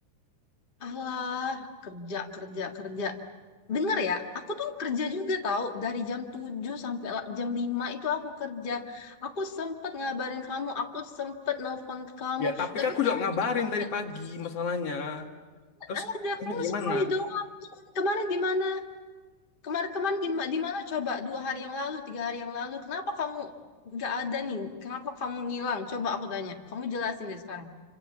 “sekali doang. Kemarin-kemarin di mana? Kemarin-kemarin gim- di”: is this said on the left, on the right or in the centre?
Left